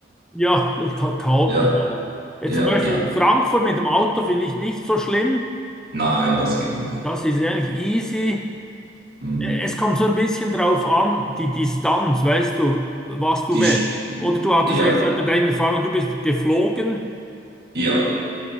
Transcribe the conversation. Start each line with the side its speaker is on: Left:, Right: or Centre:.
Centre: ja, <laughs> das ist cha- chaotisch,
Right: Ja,
Centre: oder? Jetzt
Right: ja,
Centre: zum Beispiel
Right: ja.
Centre: Frankfurt mit dem Auto finde ich nicht so schlimm.
Right: Nein, das geht noch.
Centre: Das ist eigentlich easy.
Right: Hm.
Centre: Äh, Es kommt so ein bisschen drauf an, die Distanz, weißt du, was du
Right: Die,
Centre: wählst.
Right: Sch-
Centre: Oder du hattest
Right: ja,
Centre: ja jetzt ja bei deiner Erfahrung, du bist geflogen.
Right: ja.